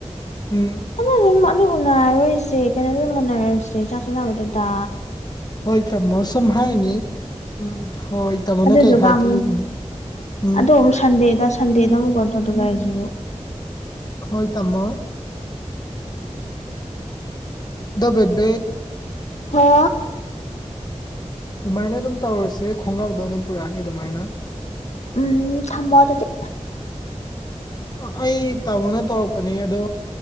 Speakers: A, on the left; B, on the left.
A: ꯎꯝ
B: ꯑ ꯀꯗꯣ ꯎꯅꯔꯣꯏꯁꯦ ꯀꯩꯅꯣꯗ ꯑꯗꯨꯝ ꯎꯅꯔꯣꯏꯁꯦ ꯆꯥ ꯆꯅꯕꯗꯨꯗ
A: ꯍꯣꯏ ꯇꯥꯝꯃꯣ ꯁꯨꯝ ꯍꯥꯏꯅꯤ ꯎꯝ ꯍꯣꯏ ꯇꯥꯝꯃꯣꯅ
B: ꯑꯗꯨꯗꯨꯒ
A: ꯀꯩ ꯍꯥꯏꯒꯦ
B: ꯑꯃꯨꯛ
A: ꯌꯦꯡꯅꯤ ꯊ
B: ꯑꯗꯣ ꯑꯃꯨꯛ ꯁꯟꯗꯦꯗ ꯁꯟꯗꯦꯗ
A: ꯊꯅ
B: ꯑꯃꯨꯛ ꯀꯣꯜ
A: ꯊꯗꯅ
B: ꯇꯧꯗꯣꯏꯔꯤꯁꯤꯕꯨ
A: ꯍꯣꯏ ꯇꯃꯣ ꯗꯕꯦꯠꯕꯦꯠ
B: ꯍ
A: ꯑꯗꯨꯃꯥꯏꯅ ꯑꯗꯨꯝ ꯇꯧꯔꯁꯦ ꯈꯣꯡꯒ꯭ꯔꯥꯎꯗ ꯑꯗꯨꯝ ꯄꯨꯔꯛꯑꯒꯦ ꯑꯗꯨꯃꯥꯏꯅ
B: ꯎꯝ ꯊꯝꯃꯣ ꯑꯗꯨꯗꯤ
A: ꯑꯩ ꯇꯥꯃꯣꯅ ꯇꯧꯔꯛꯄꯅꯦ ꯑꯗꯣ